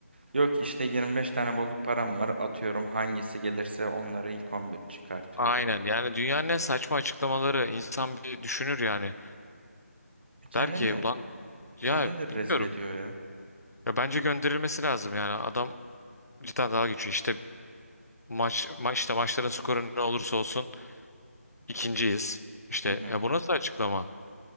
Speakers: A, on the right (about 40°); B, on the left (about 85°).
A: Yok işte 25 tane bozuk param var atıyorum hangisi gelirse onları ilk 11 çıkartıyorum.
B: Aynen yani dünyanın en saçma açıklamaları insan bir düşünür yani.
A: Kendini
B: Der ki ulan ya
A: kendini de rezil
B: bilmiyorum.
A: ediyor ya.
B: Ya bence gönderilmesi lazım yani. Adam cidden dalga geçiyor. İşte maç, ma işte maçların skoru ne olursa olsun ikinciyiz. İşte
A: Hı hı.
B: ya bu nasıl açıklama?